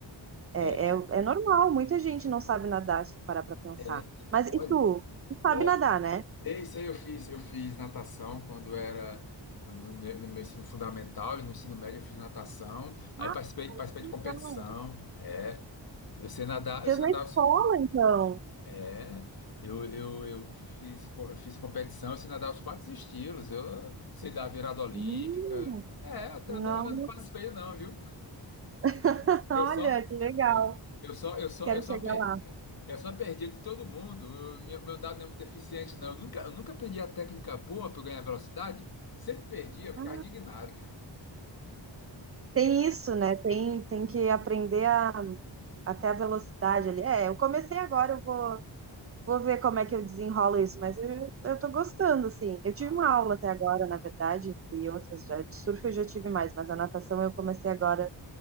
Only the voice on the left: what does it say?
é,
é.
Olha,
ó,
isso aí eu fiz, eu fiz natação quando era no, no meu ensino fundamental e no ensino médio eu fiz natação, aí
participei, participei
de competição, é. Eu sei nadar, eu
sei
nadar,
É, eu, eu, eu fiz, co- eu fiz competição, eu sei nadar os quatro estilos, eu sei dar virada olímpica.
É, até
eu, tô- eu não faço feio não, viu?
Eu só,
é, eu só, eu só,
eu só,
per,
eu só perdi de todo mundo. Eu- meu, meu dado não é muito eficiente, não. Eu nunca, eu nunca perdi a técnica boa para ganhar velocidade. Eu sempre perdi, eu
ficava indignado.
Ah,